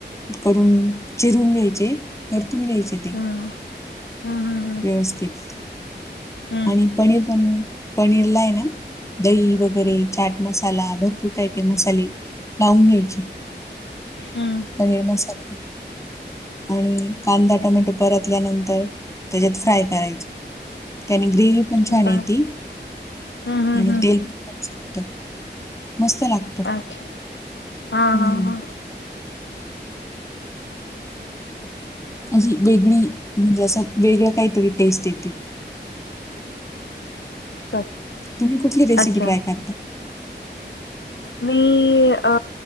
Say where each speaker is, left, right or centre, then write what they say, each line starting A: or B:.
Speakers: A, on the left; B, on the left.
A: करून, चिरून घ्यायचे. परतून घ्यायचे ते.
B: हम्म. हम्म हम्म
A: व्यवस्थित.
B: हम्म.
A: आणि पनीर पण, पनीरलाय ना दही वगैरे, चाट मसाला, भरपूर काय ते मसाले. लावून घ्यायचे.
B: हम्म.
A: पनीर मसाला आणि कांदा- टोमॅटो परतल्यानंतर, त्याच्यात फ्राय करायच. त्याने ग्रेवी पण
B: हम्म
A: छान
B: बर
A: येती.
B: हम्म हम्म
A: आणि
B: हम्म
A: तेल <unintelligible> छान सुटतं. मस्त लागतो.
B: अच्छा हा
A: हम्म.
B: हा हा.
A: अशी वेगळी, म्हणजे असं, वेगळं काहीतरी टेस्ट येते.
B: <unintelligible>
A: तुम्ही कुठली रेसिपी
B: अच्छा
A: ट्राय करता?
B: मी, अ